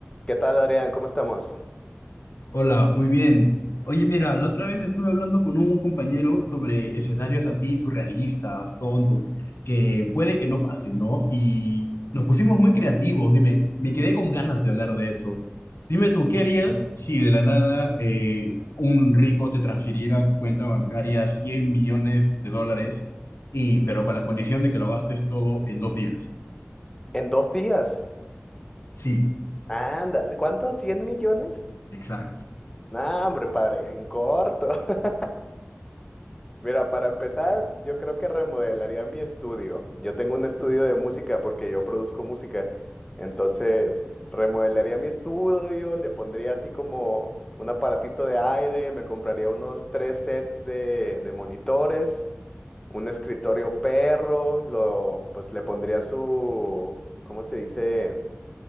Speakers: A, on the left; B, on the left.
A: ¿Qué tal, Adrián? ¿Cómo estamos?
B: Hola, muy bien. Oye, mira, la otra vez estuve hablando con un compañero sobre escenarios así surrealistas, tontos, que puede que no pasen, ¿no? Y nos pusimos muy creativos, dime, me quedé con ganas de hablar de eso. Dime tú, ¿qué harías si de la nada eh, un rico te transfiriera a tu cuenta bancaria 100 millones de dólares, y, pero con la condición de que lo gastes todo en dos días?
A: En dos días.
B: Sí,
A: Anda, ¿cuánto? ¿100 millones?
B: exacto.
A: No, hombre, padre, en corto. <laughs> Mira, para empezar, yo creo que remodelaría mi estudio. Yo tengo un estudio de música porque yo produzco música. Entonces, remodelaría mi estudio, le pondría así como un aparatito de aire, me compraría unos tres sets de, de monitores, un escritorio perro, lo, pues le pondría su, ¿cómo se dice?